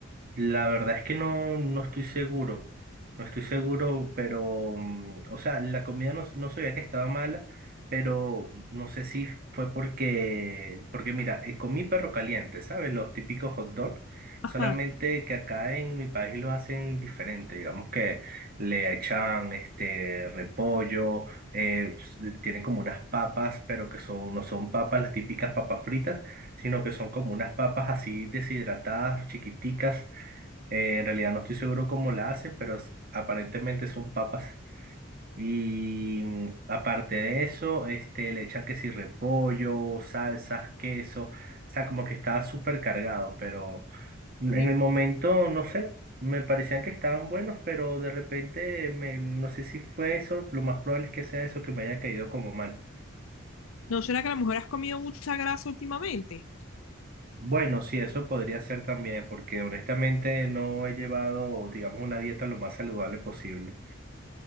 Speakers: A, on the right; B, on the left.
A: La verdad es que no, no estoy seguro, no estoy seguro, pero, mm, o sea, la comida no, no sabía que estaba mala, pero no sé si fue porque, porque mira, eh, comí perro caliente, ¿sabes? Los típicos hot dogs,
B: Ajá.
A: solamente que acá en mi país lo hacen diferente, digamos que le echan este repollo, eh, s- tienen como unas papas, pero que son, no son papas, las típicas papas fritas, sino que son como unas papas así deshidratadas, chiquiticas eh, en realidad no estoy seguro cómo la hace, pero s- aparentemente son papas. Y mm, aparte de eso, este, le echan que si repollo, salsas, queso. O sea, como que estaba súper cargado, pero en
B: ¿eh?
A: el momento, no sé, me parecían que estaban buenos, pero de repente, me, no sé si fue eso, lo más probable es que sea eso que me haya caído como mal.
B: ¿No será que a lo mejor has comido mucha grasa últimamente?
A: Bueno, sí, eso podría ser también, porque honestamente no he llevado, digamos, una dieta lo más saludable posible.